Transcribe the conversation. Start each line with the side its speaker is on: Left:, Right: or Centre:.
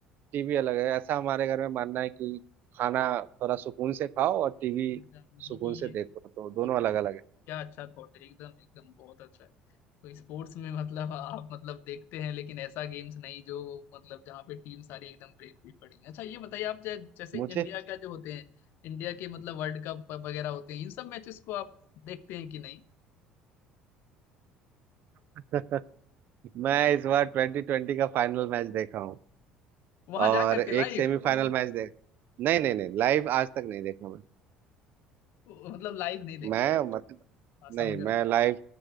Right: टीवी अलग है ऐसा हमारे घर में मानना है कि खाना थोड़ा सुकून से खाओ और टीवी
Left: एकदम
Right: सुकून
Left: ये ये-
Right: से देखो तो दोनों
Left: ये-
Right: अलग अलग है
Left: क्या अच्छा थॉट है एकदम एकदम बहुत अच्छा है तो स्पोर्ट्स में मतलब आप मतलब देखते हैं लेकिन ऐसा गेम्स नहीं जो मतलब जहाँ पे टीम सारी एकदम ब्रेक हुई पड़ी है अच्छा ये बताइए आप जै, जैसे
Right: मुझे
Left: इंडिया का जो होते हैं इंडिया के मतलब वर्ल्ड कप वगैरह होते हैं इन सब मैचेस को आप देखते हैं कि नहीं
Right: <laughs> मैं इस बार ट्वेंटी ट्वेंटी का फाइनल मैच देखा हूँ
Left: वहां
Right: और
Left: जा करके
Right: एक
Left: लाइव
Right: सेमीफाइनल मैच देख नहीं नहीं नहीं लाइव आज तक नहीं देखा मैं
Left: मतलब लाइव नहीं देखे
Right: मैं
Left: हैं आप
Right: मतलब
Left: ऐसा
Right: नहीं
Left: मुझे
Right: मैं लाइव